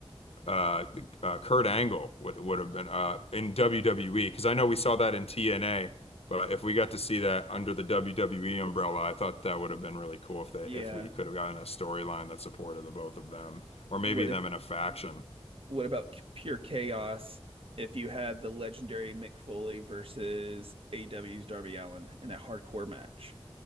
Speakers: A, on the left (about 85°); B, on the right (about 65°).
A: uh, uh, Kurt Angle would would have been uh, in WWE because I know we saw that in TNA, but if we got to see that under the WWE umbrella,
B: D-
A: I thought that would have been really cool if they
B: yeah.
A: if we could have gotten a storyline that supported the both of them or maybe
B: What if?
A: them in a faction.
B: What about c- pure chaos? If you had the legendary Mick Foley versus AEW's Darby Allin in a hardcore match,